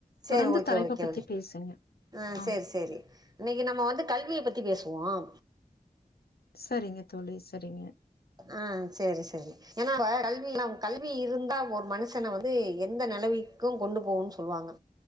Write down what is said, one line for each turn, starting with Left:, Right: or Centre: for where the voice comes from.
Right: சரி
Left: தொறந்து
Right: ஓகே
Left: தலைப்ப
Right: ஓகே
Left: பத்தி பேசுங்க.
Right: ஆஹ்
Left: ஆ
Right: சரி சரி இன்னைக்கு நம்ம வந்து கல்வியை பத்தி பேசுவோம்
Left: சரிங்க தோழி சரிங்க
Right: ஆ செரி செரி ஏன்னா இப்ப கல்வி கல்வி இருந்தா ஒரு மனுஷன வந்து எந்த நெலவிக்கு கொண்டு போகும்னு சொல்வாங்க